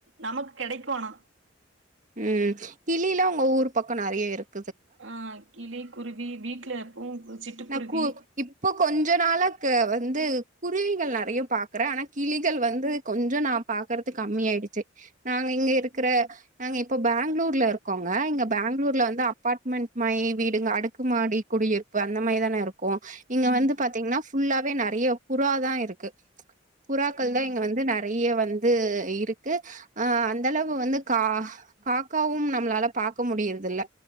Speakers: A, on the right; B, on the right.
A: நமக்கு கிடைக்குானா
B: உம் கிளிலாம் உங்க ஊர் பக்கம் நெறைய இருக்கு
A: ஆஹ் கிளி குருவி வீட்ல எப்பவு சிட்டுக்குருவி
B: நான் கூ இப்ப கொஞ்ச நாளா வந்து குருவிகள் நெறைய பாக்குற ஆனா கிளிகள் வந்து கொஞ்சோ நான் பாக்குறது கம்ம ஆயிடுச்சு நாங்க இங்க இருக்கிற நாங்க இப்போ பெங்களூர்ல இருக்கோங்க இங்க பெங்களூர்ல வந்து அப்பார்ட்மெண்ட் மாரி வீடுங்க அடுக்குமாடி குடியிரு அந்த மாரிதான இருக்கும் இங்க
A: ம்
B: வந்து பாத்தீங்கன்னா ஃபுல்லாவே நிறைய புற தான் இருக்கு புறாக்கள்
A: ம்
B: தான் இங்க வந்து நெறைய வந்து இருக்கு ஆஹ் அந்தளவு வந்து கா காக்காவும் நம்மளால பாார்கக்க முடியறது இல்ல